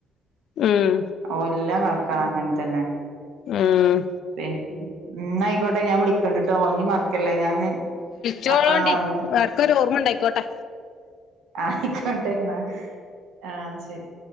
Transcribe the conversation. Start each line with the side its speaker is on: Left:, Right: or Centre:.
Left: ഉം
Right: ഓൽ ഇല്ല കാക്ക അങ്ങൻ തന്നെ
Left: ഉം
Right: ഉ ഇന്നാ അയിക്കോട്ടെ ഞാൻ വിളിക്കണ്ട്ട്ടോ ഇനി മറക്കല്ലേ ഞാന്
Left: ചോളോണ്ടി
Right: ആഹ് ന്നാ
Left: എട്ക്കൊരു ഓർമ്മ ണ്ടായിക്കോട്ടെ
Right: ആയിക്കോട്ടെ ന്നാ ആഹ് ശരി